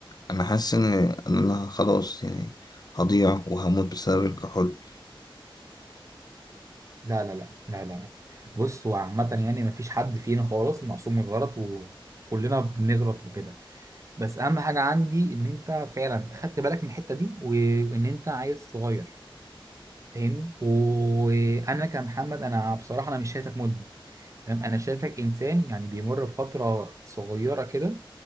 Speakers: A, on the left (about 45°); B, on the right (about 35°).
A: انا حاسس ان إن انا خلاص يعني هضيع وهموت بسبب الكحول
B: لا لا لا لا لا لا بص هو عامه يعني مفيش حد فينا خالص معصوم من الغلط وكلنا بنغلط وكده بس اهم حاجه عندي ان انت فعلا خدت بالك من الحته دي و- وان انت عايز تغير فاهمني وانا كمحمد انا بصراحه انا مش شايفك مدمن فاهم انا شايفك انسان يعني بيمر بفتره صغيره كده